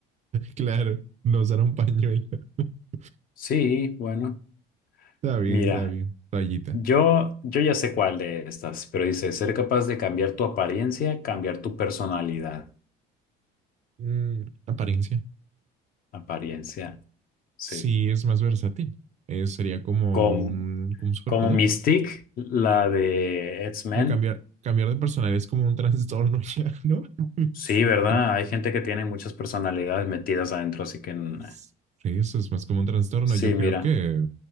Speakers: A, on the right (about 35°); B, on the left (about 50°).
A: claro, no usar un pañuelo. <laughs>
B: Sí, bueno,
A: está bien,
B: mira,
A: está bien. Toallita.
B: yo, yo ya sé cuál de estas, pero dice, ser capaz de cambiar tu apariencia, cambiar tu personalidad.
A: Mm, apariencia.
B: Apariencia, sí.
A: Sí, es más versátil. Eh, sería como
B: Como,
A: un, como un superpoder.
B: como Mystique, la de X-Men.
A: Pero cambiar, cambiar de personal es como un <laughs> trastorno ya, ¿no?
B: Sí, ¿verdad?
A: Yo-
B: Hay gente que tiene muchas personalidades metidas adentro, así que... mm,
A: Sí, eso es más como un trastorno.
B: Sí,
A: Yo creo
B: mira.
A: que